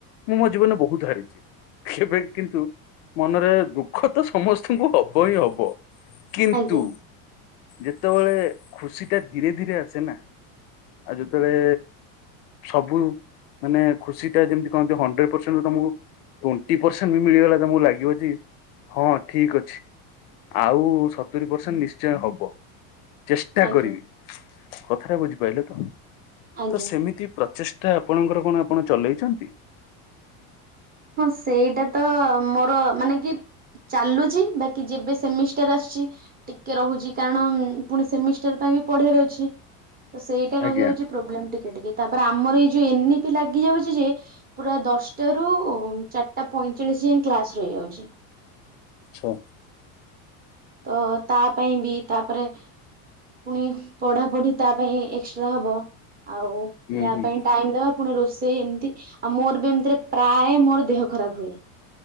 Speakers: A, on the left; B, on the right.
A: ମୁଁ ମୋ ଜୀବନରେ ବହୁତ ହାରିଛି। କେବେ କିନ୍ତୁ ମନରେ ଦୁଃଖ ତ ସମସ୍ତଙ୍କୁ ହବ ହିଁ ହବ। କିନ୍ତୁ
B: ଆଜ୍ଞା
A: ଯେତେବେଳେ ଖୁସିଟା ଧୀରେ ଧୀରେ ଆସେ ନା ଆଉ ଯେତେବେଳେ ସବୁ ମାନେ ଖୁସିଟା ଯେମତି କହନ୍ତି ହଣ୍ଡ୍ରେଡ ପର୍ସେଣ୍ଟରୁ ତମକୁ ଟ୍ବେଣ୍ଟି ପର୍ସେଣ୍ଟ ବି ମିଳିଗଲା ତମକୁ ଲାଗିବ ଯେ ହଁ ଠିକ ଅଛି, ଆଉ ସତୁରି ପରସେଣ୍ଟ ନିଶ୍ଚୟ ହବ। ଚେଷ୍ଟା
B: ଆଜ୍ଞା
A: କରିବି, କଥାଟା ବୁଝିପାଇଲେ ତ?
B: ଆଜ୍ଞା
A: ତ ସେମିତି ପ୍ରଚେଷ୍ଟା ଆପଣଙ୍କର କଣ ଆପଣ ଚଲେଇଛନ୍ତି?
B: ହଁ ସେଇଟା ତ ମୋର ମାନେ ଦିପ ଚାଲୁଛି, ବାକି ଯେବେ ସେମିଷ୍ଟାର ଆସଛି ଟିକେ ରହୁଛି କାରଣ ପୁଣି ସେମିଷ୍ଟର ପାଇଁ ବି ପଢିଆର ଅଛି, ତ ସେଇଟା
A: ଆଜ୍ଞା
B: ରହିଯାଉଛି ପ୍ରୋବ୍ଲେମ୍ ଟିକେ ଟିକେ। ତାପରେ ଆମର ଏଇ ଯୋଉ ଏନ ଇ ପି ଲାଗିଯାଉଛି ଯେ, ପୁରା ଦଶଟାରୁ ଚାରିଟା ପଇଁଚାଳିଶ ଯାଏଁ କ୍ଲାସ ରହିଯାଉଛି।
A: ଆଚ୍ଛା।
B: ତ ତା ପାଇଁ ବି ତାପରେ ପୁଣି ପଢା଼ ପଢି଼ ତା ପାଇଁ ଏକ୍ସଟ୍ରା ହବ, ଆଉ
A: ହୁଁ
B: ୟା
A: ହୁଁ
B: ପାଇଁ ଟାଇମ ଦବ, ପୁଣି ରୋଷେଇ ଏମିତି, ଆଉ ମୋର ବି ଏମତିରେ ପ୍ରାୟ ମୋର ଦେହ ଖରାପ ହୁଏ।